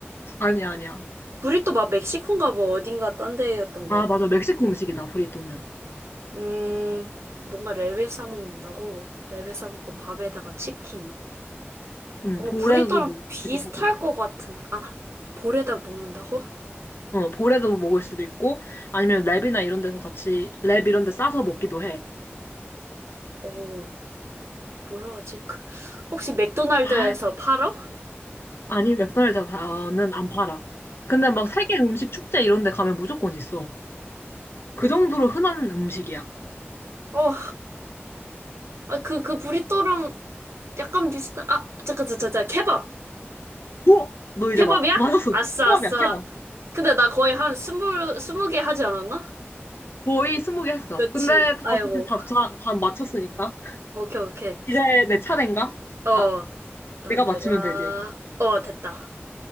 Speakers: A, on the left; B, on the right.
A: 아니야, 아니야.
B: 브리또 막 멕시코인가 뭐 어딘가 딴 데였던
A: 아,
B: 것
A: 맞아.
B: 같아.
A: 멕시코 음식이다, 브리또는.
B: 음, 뭔가 랩에 싸먹는다고? 랩에 싸먹고 음. 밥에다가 치킨.
A: 응,
B: 뭔가
A: 볼에서도
B: 브리또랑
A: 먹기도
B: 비슷할
A: 하고.
B: 것 같은데. 아, 볼에다 먹는다고?
A: 어, 볼에도 먹을 수도 있고, 아니면 랩이나 이런 데서 같이, 랩 이런 데 싸서 먹기도 해.
B: 어, 뭐라 하지? 그, 혹시 맥도날드에서
A: 아,
B: 팔어?
A: 아니, 맥도날드는 안 팔아. 근데 막 세계 음식 축제 이런 데 가면 무조건 있어. 그 정도로 흔한 음식이야.
B: 어, 아, 그, 그 브리또랑 약간 비슷한, 아, 잠깐, 잠깐, 잠깐, 케밥.
A: 오! 너 이제
B: 케밥이야?
A: 막, 맞았어.
B: 아싸,
A: 통합이야,
B: 아싸.
A: 케밥.
B: 근데 나 거의 한 스물, 스무 개 하지 않았나?
A: 거의 스무 개 했어.
B: 그치.
A: 근데 다
B: 아이고.
A: 어차피 답다 맞췄으니까.
B: 오케이, 오케이.
A: 이제 내 차례인가?
B: 어,
A: 아,
B: 난
A: 내가
B: 내가,
A: 맞추면 되지.
B: 어, 됐다.